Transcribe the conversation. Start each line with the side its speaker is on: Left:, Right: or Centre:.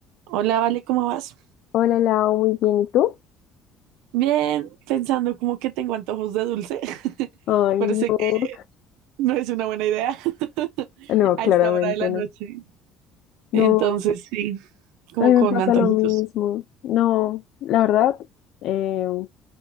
Right: Hola, Vale, ¿cómo vas?
Left: Hola, Lau, muy bien. ¿Y tú?
Right: Bien, pensando como que tengo antojos de dulce. <laughs>
Left: Ay,
Right: Parece
Left: no.
Right: que no es una buena idea <laughs>
Left: No,
Right: a
Left: claramente
Right: esta hora de la
Left: no.
Right: noche. Entonces,
Left: No,
Right: sí, como
Left: a mí me
Right: con
Left: pasa
Right: antojitos.
Left: lo mismo. No, la verdad, eh,